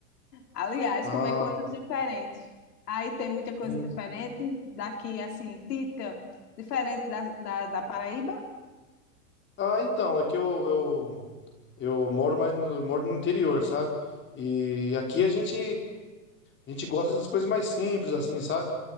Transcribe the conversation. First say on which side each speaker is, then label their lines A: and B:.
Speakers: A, on the left; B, on the left.
A: Aliás,
B: Ah,
A: comer coisas diferentes. Aí tem muita coisa
B: bem-
A: diferente daqui, assim, típica, diferente da, da, da Paraíba.
B: ah, então, é que eu, eu, eu moro mais no, eu moro no interior, sabe? E aqui a gente, a gente gosta das coisas mais simples, assim, sabe?